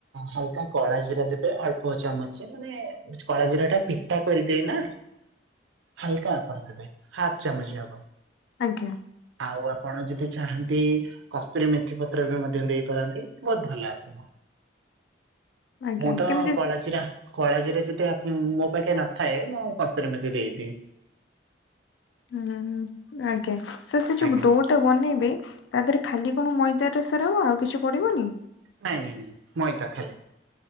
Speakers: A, on the right; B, on the left.
A: ହଲକା କଳା ଜିରା ଦେବେ ଅଳ୍ପ ଚାମଚ ମାନେ କଳା ଜିରା ଟା ପିତା କରିଦିଏ ନା ହଲକା ଆପଣ ଦେବେ ହାଫ ଚାମଚ ହେବ।
B: ଆଜ୍ଞା।
A: ଆଉ ଆପଣ ଯଦି ଚାହାନ୍ତି କସ୍ତୁରୀ ମେଥି ପତ୍ର ବି ମଧ୍ୟ ଦେଇ ପାରନ୍ତି ବହୁତ ଭଲ ଆସିବ।
B: ଆଜ୍ଞା
A: ମୁଁ ତ
B: କେମିତି
A: କଳାଜିରା
B: ସ୍
A: କଳା ଜିରା ଯଦି ମୋ ପାଖେ ନଥାଏ ମୁଁ କସ୍ତୁରୀ ମେଥି ଦେଇଦିଏ।
B: ହୁଁ ଆଜ୍ଞା ସେ ସେ ଯୋଉ
A: ଆଜ୍ଞା
B: ଡୋଟା ବନେଇବେ ତା ଦେହରେ ଖାଲି କଣ ମଇଦ ର ସାର ହବ ଆଉ କିଛି ପଡିବନି।
A: ନାଇଁ ନାଇଁ ନାଇଁ ମଇଦା ଖାଲି।